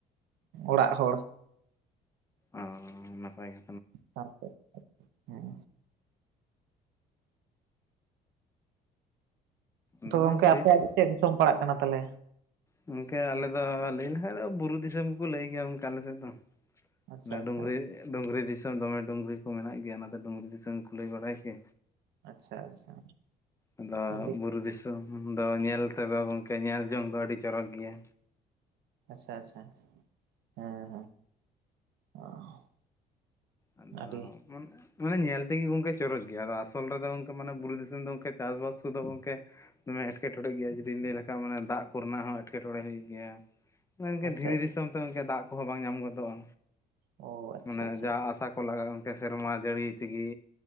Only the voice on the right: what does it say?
ᱚᱲᱟᱜ ᱦᱚᱲ᱾
ᱥᱟᱶᱛᱮ ᱦᱮᱸ ᱛᱚ
ᱜᱚᱝᱠᱮ ᱟᱯᱮᱭᱟᱜ
ᱪᱮᱫ ᱫᱤᱥᱚᱢ ᱯᱟᱲᱟᱜ ᱠᱟᱱᱟ ᱛᱟᱞᱮ
ᱟᱪᱪᱷᱟ
ᱟᱪᱪᱷᱟ
ᱟᱪᱪᱷᱟ ᱟᱪᱪᱷᱟ᱾
ᱟᱹᱰᱤ
ᱟᱪᱪᱷᱟ ᱟᱪᱪᱷᱟ ᱦᱮ ᱦᱮ ᱚ
ᱟᱹᱰᱤ
ᱟᱪᱪᱷᱟ
ᱚ ᱟᱪᱪᱷᱟ
ᱟᱪᱪᱷᱟ